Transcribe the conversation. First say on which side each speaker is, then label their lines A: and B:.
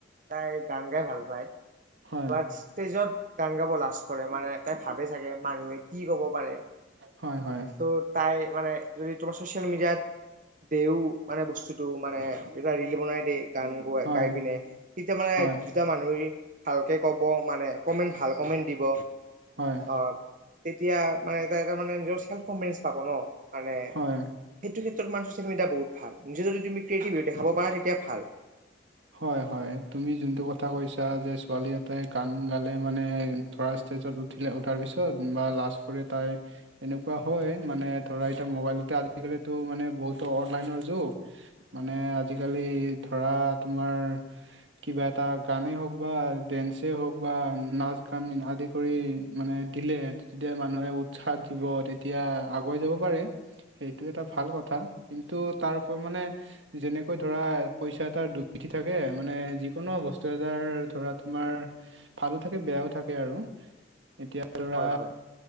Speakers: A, on the right; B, on the right.
A: তাই গান গাই ভাল পায়
B: হয়
A: বা ষ্টেজত গান গাব লাজ কৰে মানে তাই ভাবে চাগে মানুহে কি ক'ব পাৰে
B: হয় হয়
A: তাছত তাই মানে যদি তোমাৰ ছ'চিয়েল মিডিয়াত দেও মানে বস্তুটো মানে কিবা ৰিল বনাই দেই গান গোৱা
B: হয়
A: গাই পিনে তেতিয়া মানে
B: হয়
A: তেতিয়া মানুহে ভালকে কব মানে কমেণ্ট ভাল কমেণ্ট দিব
B: হয়
A: অ তেতিয়া মানে এটা এটা মামে নিজৰ চেল্ফ কনফিডেন্স পাব ন মানে
B: হয়
A: সেইটো ক্ষেত্ৰ মান ছচিয়েল মেডিয়া বহুত ভাল নিজে যদি তুমি ৰিয়েটিভিটি দেখাব পাৰা তেতিয়া ভাল।
B: হয়, হয়, তুমি যোনটো কথা কৈছা যে ছোৱালী এটাই গান গালে মানে ধৰা ষ্টেজত উঠিলে উঠাৰ পিছত বা লাষ্ট পৰে তাই এনেকুৱা হয় মানে ধৰা এতিয়া মোবাইলতে আজিকালিতো মানে বহুতো অনলাইনৰ যুগ মানে আজিকালি ধৰা তোমাৰ কিবা এটা গানে হওঁক বা ডেন্সে হওঁক বা নাচ গান আদি কৰি মানে দিলে তেতিয়া মানুহে উৎসাহ দিব তেতিয়া আগুৱাই যাব পাৰে। সেইটো এটা ভাল কথা কিন্তু তাৰ ওপৰত মানে যেনেকৈ ধৰা পইচা এটাৰ দু পিঠি থাকে মানে যিকোনো বস্তু এটাৰ ধৰা তোমাৰ ভালো থাকে বেয়াও থাকে আৰু এতিয়া ধৰা
A: হয় হয়